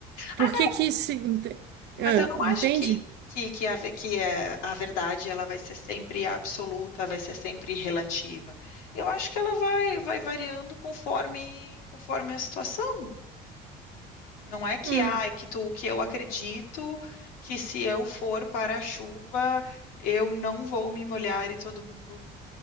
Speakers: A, on the right (about 60°); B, on the left (about 80°).
A: Por
B: Ah, não,
A: que que se ente-
B: mas
A: ah,
B: eu não
A: entende?
B: acho que, que, que, a, ve- que é, a verdade ela vai ser sempre absoluta, vai ser sempre relativa. Eu acho que ela vai, vai variando conforme, conforme a situação. Não é que
A: Hum,
B: ah, é que tu que eu acredito que se eu for para a chuva, eu não vou me molhar e todo mundo